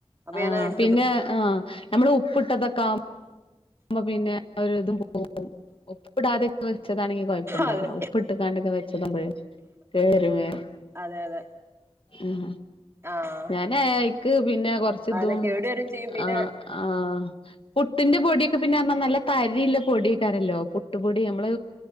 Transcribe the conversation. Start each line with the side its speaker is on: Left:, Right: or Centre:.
Right: അപ്പൊ
Left: ആഹ്
Right: ഞാനതെട്
Left: പിന്നെ ആഹ് നമ്മള് ഉപ്പിട്ടട്ടൊക്കെ കാ ക്കാവുമ്പോ പിന്നെ ആ ഒരിതും പോകും <unintelligible> ഉപ്പിടാതൊക്കെ വെച്ചതാണെങ്കി കൊഴപ്പണ്ടാവൂല
Right: അതെ
Left: ഉപ്പ് ഇട്ട്ക്കാണ്ടോക്കെ വെച്ചതാവുമ്പഴേ കേടരും വേം
Right: അതെ അതെ
Left: ഉം
Right: ആഹ്
Left: പിന്നെ അയ്ക്ക് പിന്നെ കൊറച്ച്
Right: അങ്ങനെ
Left: ഇതും
Right: കേടു വരും ചെയ്യും പിന്നെ
Left: ആഹ് ആഹ് പുട്ടിന്റെ പൊടി ത് പിന്നെർഞ്ഞ നല്ല തരിളള പൊടിക്കാരല്ലോ പുട്ടുപൊടി നമ്മള്